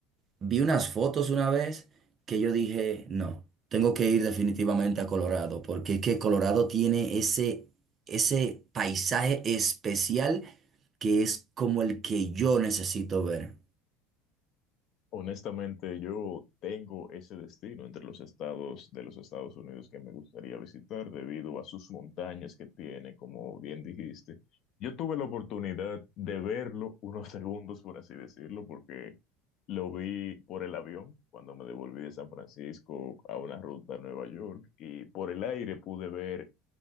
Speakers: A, on the right; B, on the left.
A: Vi unas fotos una vez que yo dije, no, tengo que ir definitivamente a Colorado, porque es que Colorado tiene ese, ese paisaje especial que es como el que yo necesito ver.
B: Honestamente, yo tengo ese destino entre los estados de los Estados Unidos que me gustaría visitar debido a sus montañas que tiene, como bien dijiste. Yo tuve la oportunidad de verlo unos <laughs> segundos, por así decirlo, porque lo vi por el avión cuando me devolví de San Francisco a una ruta a Nueva York y por el aire pude ver